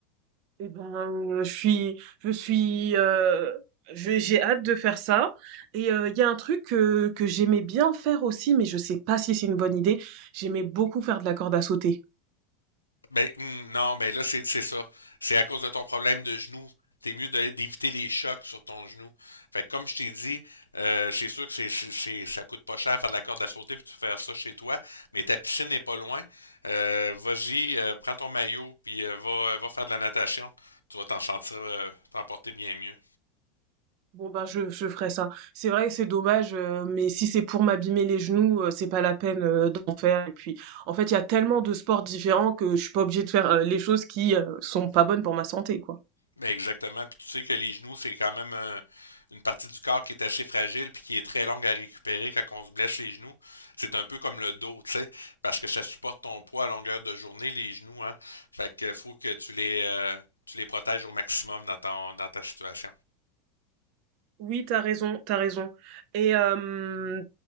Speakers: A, on the right; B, on the left.
A: Eh ben, euh, je suis, je suis, euh, je- j'ai hâte de faire ça. Et euh, il y a un truc que, que j'aimais bien faire aussi, mais je sais pas si c'est une bonne idée. J'aimais beaucoup faire de la corde à sauter.
B: Ben, hum, non, ben là, c'est c'est ça. C'est à cause de ton problème de genou. T'es mieux de- d'éviter les chocs sur ton genou. Fait que comme je t'ai dit, euh, c'est sûr que c'est, c'est, c'est- ça coûte pas cher faire de la corde à sauter puis tu faire ça chez toi, mais ta piscine n'est pas loin. Euh, vas-y, euh, prends ton maillot puis euh, va, euh, va faire de la natation. Tu vas t'en sentir, euh, t'en porter bien mieux.
A: Bon bah je, je ferai ça. C'est vrai que c'est dommage, euh, mais si c'est pour m'abîmer les genoux, euh, c'est pas la peine euh, d'en faire. Et puis, en fait, il y a tellement de sports différents que je suis pas obligée de faire euh, les choses qui euh, sont pas bonnes pour ma santé, quoi.
B: Ben, exactement. Puis tu sais que les genoux, c'est quand même euh, une partie du corps qui est assez fragile puis qui est très longue à récupérer quand on se blesse les genoux. C'est un peu comme le dos, tu sais, parce que ça supporte ton poids à longueur de journée, les genoux, hein. Fait que faut que tu les euh, tu les protèges au maximum dans ton dans ta situation.
A: Oui, t'as raison, t'as raison. Et euh,